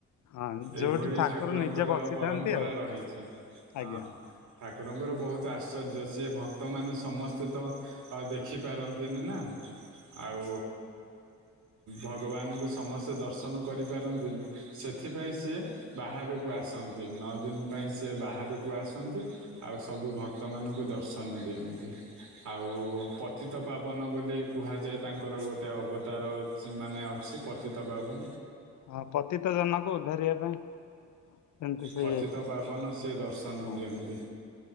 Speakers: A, on the left; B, on the right.
A: ହଁ ଯୋଉଠି
B: ଏଇଭଳି
A: ଠାକୁର
B: ଠାକୁରଙ୍କର
A: ନିଜେ ବସିଥାନ୍ତି
B: ପରମ୍ପରା
A: ଆଉ
B: ରହିଛି। ହଁ।
A: ଆଜ୍ଞା।
B: ଠାକୁରଙ୍କର ବହୁତ ଆଶ୍ଚର୍ଯ୍ୟ, ସିଏ ଭକ୍ତମାନେ ସମସ୍ତେ ତ ଆଉ ଦେଖି ପାରନ୍ତିନି ନା। ଆଉ ଭଗବାନଙ୍କୁ ସମସ୍ତେ ଦର୍ଶନ କରିପାରନ୍ତିନି। ସେଥିପାଇଁ ସିଏ ବାହାରକୁ ଆସ ନ୍ତି। ନଅ ଦିନ ପାଇଁ ସେ ବାହାରକୁ ଆସନ୍ତି ଆଉ ସବୁ ଭକ୍ତ ମାନଙ୍କୁ ଦର୍ଶନ ଦିଅନ୍ତି। ଆଉ ପତିତ ପାବନ ବୋଲି କୁହାଯାଏ, ତାଙ୍କର ଗୋଟେ ଅବତାର ମାନେ ଅଛି ପତିତପାବନ।
A: ହଁ, ପତିତ ଜନକୁ ଉଦ୍ଧାରିବା ପାଇଁ କେମିତି ସେ
B: ପତିତ ପାବନ ସିଏ ଦର୍ଶନ
A: ହଁ
B: ଦିଅନ୍ତି।